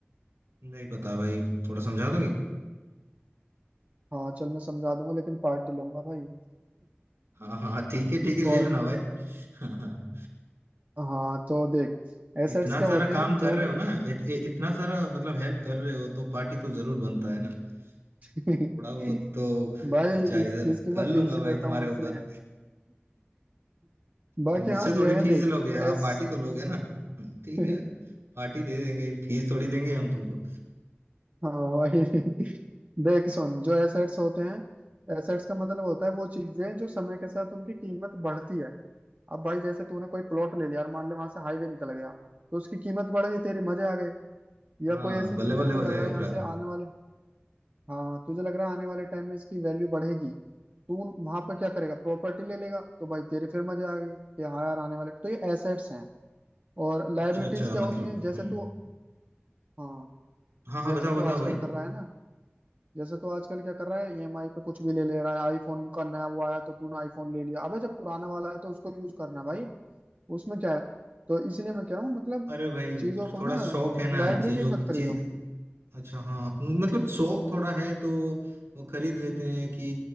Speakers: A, on the right; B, on the right.
A: नहीं पता भाई थोड़ा समझा दोगे
B: हाँ चल मैं समझा दूंगा लेकिन पार्टी लूंगा भाई
A: हाँ हाँ हाँ, ठीक है ठीक है ले
B: <laughs> और
A: लेना भाई हाँ हाँ हाँ।
B: हाँ तो देख एसेट्स
A: इतना
B: क्या
A: सारा
B: होते
A: काम
B: हैं जो
A: कर रहे हो
B: भी
A: ना इत, इ- इतना सारा मतलब हेल्प कर रहे हो तो पार्टी तो जरूर बनता है ना
B: <laughs>
A: तो थोड़ा बहुत तो
B: भाई
A: खर्चा
B: इस
A: इधर
B: चीज की
A: कर
B: मैं
A: लूंगा
B: फीस
A: भाई
B: लेता
A: तुम्हारे
B: हूँ इसलिए
A: ऊपर
B: बाकी
A: हाँ मुझसे
B: हाँ
A: थोड़ी
B: ये है
A: फीस
B: देख
A: लोगे हाँ
B: एस
A: पार्टी तो लोगे ना हम्म, ठीक
B: हाँ
A: है पार्टी दे देंगे फीस थोड़ी देंगे हम तुमको
B: हाँ वही देख सुन जो एसेट्स होते हैं एसेट्स का मतलब होता है वो चीजें जो समय के साथ उनकी कीमत बढ़ती है अब भाई जैसे तूने कोई प्लॉट ले लिया और मान ले वहां से हाईवे निकल गया तो उसकी कीमत बढ़ गई तेरे मजे आ गए
A: हाँ
B: या कोई ऐसी
A: बल्ले
B: चीज
A: बल्ले
B: है
A: हो
B: तो
A: जाएगा
B: लग रहा है
A: पूरा
B: यहाँ से आने वाले हाँ तुझे लग रहा है आने वाले टाइम में इसकी वैल्यू बढ़ेगी तू वहां पर क्या करेगा प्रॉपर्टी ले लेगा तो भाई तेरे फिर मजे आ गए कि हाँ यार आने वाले तो ये एसेट्स हैं और लाइबिलिटीज
A: अच्छा अच्छा
B: क्या होती
A: मतलब
B: हैं जैसे
A: हम्म
B: तू हाँ
A: हाँ हाँ
B: जैसे
A: बताओ
B: तू
A: बताओ
B: आजकल
A: भाई
B: कर रहा है ना जैसे तू आजकल क्या कर रहा है ईएमआई पे कुछ भी ले ले रहा है आईफोन का नया वो आया तो तूने आईफोन ले लिया अबे जब पुराना वाला है तो उसको यूज करना भाई उसमें क्या है तो इसलिए मैं कह रहा हूँ मतलब
A: अरे भाई
B: चीजों को
A: थोड़ा
B: ना
A: शौक है ना
B: लाइबिलिटीज
A: चीजों
B: मत
A: की
B: खरीदो
A: चीज अच्छा हाँ मतलब शौक थोड़ा है तो वो खरीद लेते हैं कि